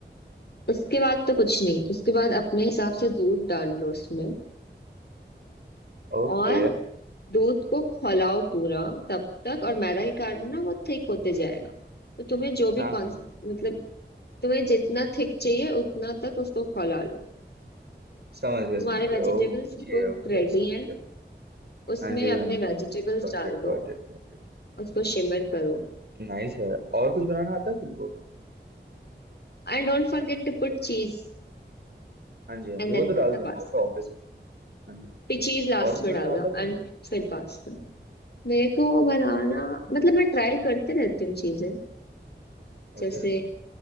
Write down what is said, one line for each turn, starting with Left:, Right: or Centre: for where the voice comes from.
Left: उसके बाद तो कुछ नहीं उसके बाद अपने हिसाब से दूध डाल लो उसमें
Right: ओके
Left: और दूध को खौलाओ पूरा तब तक और मैदा के कारण ना वो थिक होते जाएगा तो तुम्हें जो भी
Right: हाँ हाँ
Left: कौन
Right: हाँ
Left: मतलब तुम्हें जितना थिक चाहिए उतना तक उसको खौला लो
Right: समझ गया समझ
Left: तुम्हारे
Right: गया
Left: वेजिटेबल्स
Right: ओके
Left: कुक
Right: ओके
Left: रेडी
Right: समझ
Left: हैं
Right: गया
Left: उसमें
Right: हाँ जी हाँ
Left: अपने
Right: जी
Left: वेजिटेबल्स
Right: हाँ जी got
Left: डाल
Right: it got
Left: दो
Right: it got it
Left: उसको शिमर करो
Right: Nice है और कुछ बनाना आता है तुमको
Left: And don't forget to put cheese
Right: हाँ जी हाँ
Left: And
Right: जी वो
Left: then
Right: तो डाल
Left: put the
Right: दूंगा
Left: pasta
Right: वो तो ऑब्वियस है हाँ जी
Left: फिर चीज लास्ट
Right: और कुछ
Left: में
Right: बनाना
Left: डालना
Right: आता है तुमको
Left: एंड फिर पास्ता मेरे को बनाना मतलब मैं ट्राई करते रहती हूँ चीजें
Right: ओके
Left: जैसे